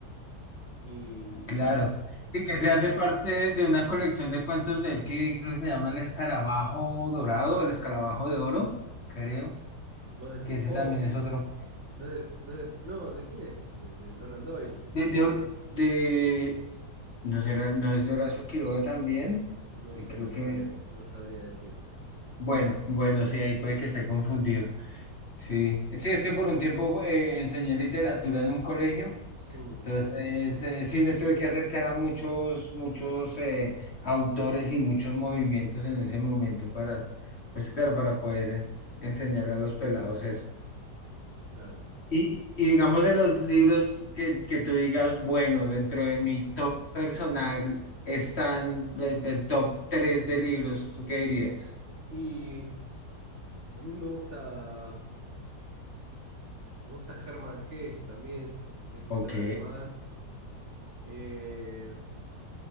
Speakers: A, on the right (about 40°); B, on the left (about 40°).
A: Y
B: claro.
A: nada,
B: Sí, que se hace parte de una colección de cuentos de él que creo que se llama El Escarabajo Dorado, El Escarabajo de Oro, creo,
A: vos
B: que
A: decís,
B: ese
A: po,
B: también es otro.
A: no es de, no es de- no, ¿de quién es ese? De Conan Doyle.
B: De, de, Hor- de- no será, no es de Horacio Quiroga también.
A: No
B: Sí,
A: sé,
B: creo
A: no
B: que,
A: sabría, no sabría decirte.
B: bueno, bueno, sí, ahí puede que esté confundido. Sí, sí, es que por un tiempo eh, enseñé literatura en un colegio.
A: Mm,
B: Entonces, eh, sí me tuve que acercar a muchos, muchos eh, autores y muchos movimientos en ese momento para, pues claro, para poder enseñar a los pelados eso.
A: claro.
B: Y, y digamos de los libros que, que tú digas, bueno, dentro de mi top personal están el, el top 3 de libros, ¿tú qué dirías?
A: Y a mí me gusta, me gusta Hermann Hesse también, un escritor
B: Ok,
A: alemán. Eh,